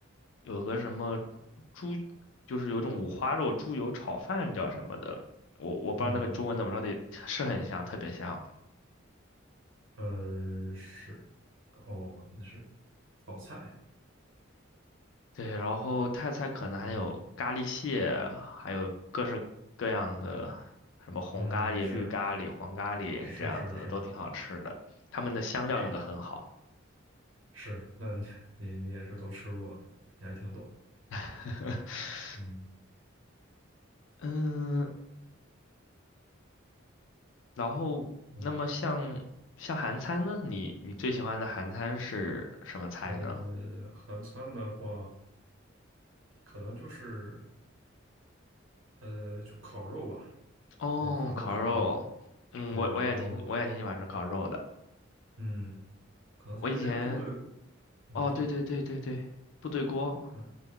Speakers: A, on the left; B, on the right.
A: 有个什么猪，就是有一种五花肉猪油炒饭叫什么的，我我不知道那个中文怎么说的，
B: 嗯
A: 是很香，特别香。
B: 嗯，呃，是，哦，那是炒菜，
A: 对，然后泰菜可能还有咖喱蟹，
B: 嗯
A: 还有各式各样的什么红咖喱、
B: 嗯，是
A: 绿咖喱、黄咖喱这样子的，
B: 是是是
A: 都挺好吃的。他们的香料用的很好。
B: 是是，那你你你也是都吃过的，你还挺懂，
A: <laughs>
B: 嗯
A: 嗯，然后那么像像韩餐呢，
B: 嗯，
A: 你你最喜欢的韩餐是什么菜呢？
B: 呃，韩餐的话，可能就是呃，就烤肉吧，
A: 哦，
B: 就是韩国烤肉，
A: 烤肉，嗯，
B: 对，
A: 我我也挺我也挺喜欢吃烤肉的。
B: 然后嗯，可能他那边部队过，
A: 我以前
B: 你说，
A: 哦，对对对对对，部队锅。
B: 嗯